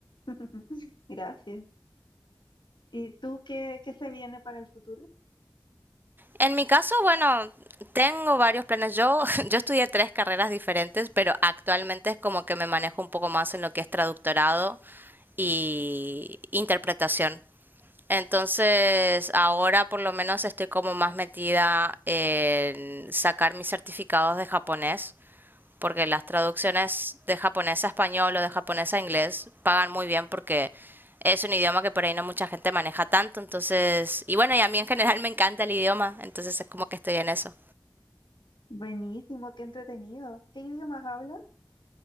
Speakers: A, on the left; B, on the right.
A: <laughs> Gracias. ¿Y tú qué, qué se viene para el futuro?
B: En mi caso, bueno, tengo varios planes. Yo, <laughs> yo estudié tres carreras diferentes, pero actualmente es como que me manejo un poco más en lo que es traductorado y interpretación. Entonces, ahora por lo menos estoy como más metida en sacar mis certificados de japonés porque las traducciones de japonés a español o de japonés a inglés pagan muy bien porque es un idioma que por ahí no mucha gente maneja tanto, entonces, y bueno, y a mí en general me encanta el idioma, entonces es como que estoy en eso.
A: Buenísimo, qué entretenido. ¿Qué idiomas hablas?